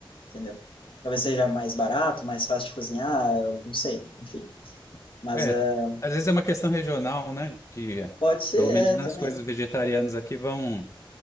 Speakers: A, on the left; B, on the left.
A: entendeu? Talvez seja mais barato, mais fácil de cozinhar, eu não sei, enfim. Mas
B: É,
A: eh,
B: às vezes é uma questão regional, né? Que
A: pode ser,
B: pelo
A: é,
B: menos nas
A: também.
B: coisas vegetarianas aqui vão,